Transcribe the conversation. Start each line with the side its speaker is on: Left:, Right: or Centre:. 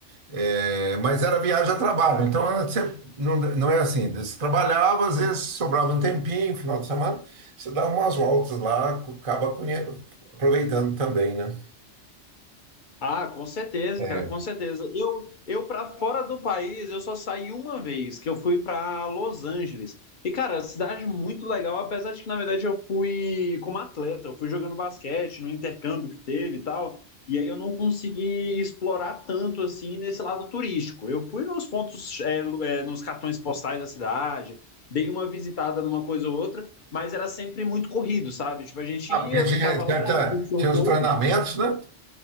Right: é, mas era viagem a trabalho, então você, não, não é assim. Você trabalhava, às vezes sobrava um tempinho, final de semana, você dá umas voltas lá, acaba conhe- aproveitando também, né?
Left: Ah, com certeza,
Right: É.
Left: cara, com certeza. Eu, eu para fora do país, eu só saí uma vez, que eu fui para Los Angeles. E, cara, cidade muito legal, apesar de que, na verdade, eu fui como atleta, eu fui jogando basquete no intercâmbio que teve e tal. E aí eu não consegui explorar tanto assim nesse lado turístico. Eu fui nos pontos, é, lu- é, nos cartões postais da cidade, dei uma visitada numa coisa ou outra, mas era sempre muito corrido, sabe? Tipo, a gente
Right: Ah,
Left: ia,
Right: porque tinha,
Left: ficava
Right: certa-
Left: lá, curtia
Right: tinha
Left: um pouco.
Right: os treinamentos, né?